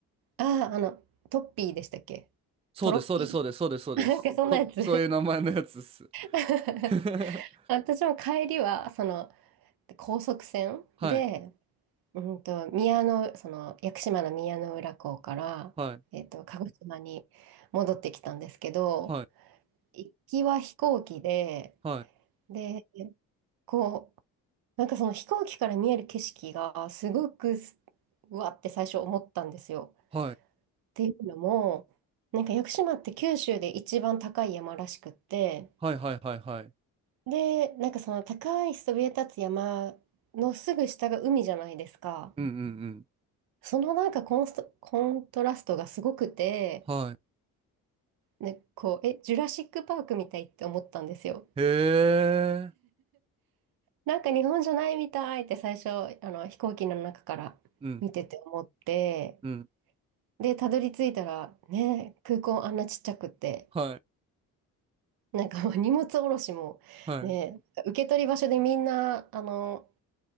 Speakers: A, on the right (about 60°); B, on the right (about 15°).
A: ああ、あの、トッピーでしたっけ
B: そうです、
A: トロッピ
B: そうです、そうです、そうです、そうです。
A: ー。<laughs> なんかそんなやつ。
B: と、そういう名前のやつです。
A: <laughs>
B: <laughs>
A: 私も帰りは、その、で高速船で、
B: はい、
A: うんと、宮の、その、屋久島の宮の浦港から、
B: はい、
A: えっと、鹿児島に戻ってきたんですけど、
B: はい、
A: 行きは飛行機で、
B: はい、
A: で、こう、なんかその飛行機から見える景色が、すごくうわって最初思ったんですよ。
B: はい、
A: っていうのも、なんか屋久島って九州で一番高い山らしくって、
B: はい、はい、はい、はい。
A: で、なんかその高いそびえ立つ山のすぐ下が海じゃないですか。
B: うんうんうん。
A: そのなんかコンスト、コントラストがすごくて、
B: はい。
A: ね、こう、え、ジュラシックパークみたいって思ったんですよ。
B: へえ。
A: なんか日本じゃないみたいって最初、あの飛行機の中から見てて思って、
B: うん、うん。
A: で、たどり着いたら、ね、空港あんなちっちゃくって、
B: はい、
A: なんかもう <laughs> 荷物下ろしも、
B: はい、
A: ね、受け取り場所でみんな、あの、